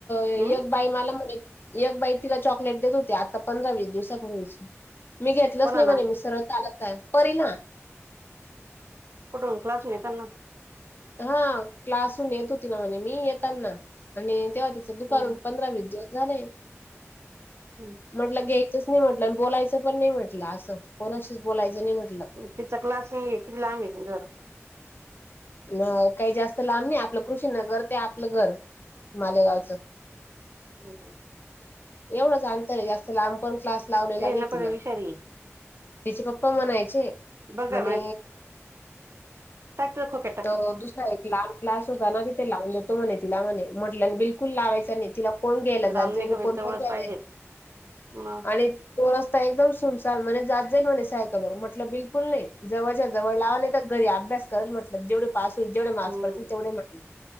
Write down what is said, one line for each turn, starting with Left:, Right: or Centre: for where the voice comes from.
Left: एक
Right: हम्
Left: बाई मला म्हणे एक बाई तिला चॉकलेट देत होते आता पंधरा वीस दिवस ू वि मी घेतलंच
Right: कोणाला
Left: नाही म्हणे मी सरळ चालत आहे परी ना
Right: कठून क्लास हुन येताना
Left: हा क्लासून येत होती ना म्हणेज मी येताना आणि तेव्हा त दुपार
Right: हम्म
Left: पंधरा वीस दिवस झाले
Right: हम्म
Left: म्हटलं घ्यायचंच नाही म्हटलं आणि बोलायचं पण नाही म्हटलं असं कोणाशीच बोलायचं नाही म्हटलं
Right: ति चकला अस नाहीये किती लांब आहे घर
Left: ना काही जास्त लांब नाही आपलं कृषी ना घर ते आपलं घर मालेगावचं
Right: हो
Left: एवढंच अंतर आहे जास्त लांबपण क्लास लावलेला
Right: एना
Left: नाही
Right: पणवी
Left: तिला
Right: शरी
Left: तिचे पप्पा म्हणायचे
Right: बंगार
Left: म्हणे
Right: टक्तर खोकट <unintelligible>
Left: तर दुसरा एक लांब क्लास होता ना तिथे लावून देतो म्हणे तिला म्हणे म्हटलं बिल लावायचा नाही तिला कोण घ्यायला
Right: लांब
Left: जात
Right: नाही गं बाई
Left: कोण
Right: जवळच
Left: पोचवायला
Right: पाहिजे मग
Left: आणि तो रस्ता एकदम सुमसाम म्हणे जात जाईल म्हणे सायकलवरर म्हटलं बिलकुल नाही जवळच्या जवळ लावा नाही तर घरी अभ्यास करेल म्हटलं जेवढे पास होईल जेवढे मार्क्स
Right: हम्म
Left: पडतील तेवढे म्हटलं